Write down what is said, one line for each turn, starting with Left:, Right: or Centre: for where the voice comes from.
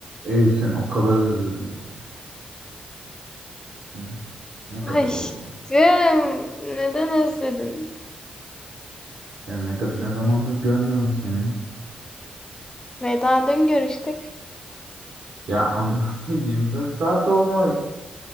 Right: Ev sen o kadar özledim ki. Hmm, Ne kadar
Left: Aşkım,
Right: oldu?
Left: neden özledin?
Right: Yani ne kad ne zamandır görmüyorum seni.
Left: Veda dün görüştük.
Right: Ya anlatsa <laughs> 24 saat olmuş.